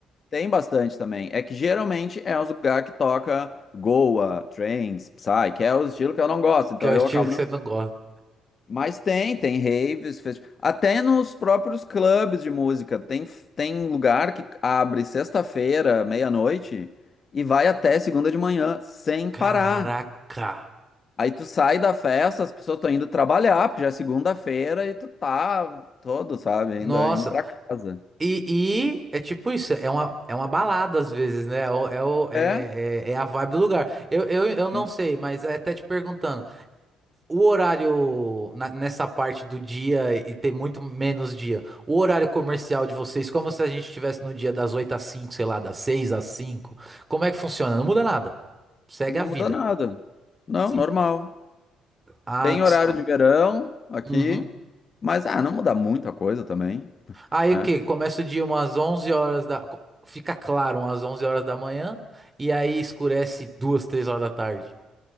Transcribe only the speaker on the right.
Que é o
estilo
que você não gosta.
Caraca.
Nossa,
e, e é tipo isso, é uma, é uma balada às vezes, né? É, o- é, o- é,
é- é a vibe do lugar. Eu, eu, eu não
sei, mas é até te perguntando, o horário na- nessa parte do dia e ter muito menos dia, o horário comercial de vocês, como se a gente estivesse no dia das 8 às 5, sei lá, das 6 às 5, como é que funciona? Não muda nada, segue
a vida.
Sim.
Ah,
s-
uhum.
Aí
o quê? Começa o dia umas 11 horas da. co- Fica claro umas 11 horas da manhã. E aí escurece duas, três horas da tarde.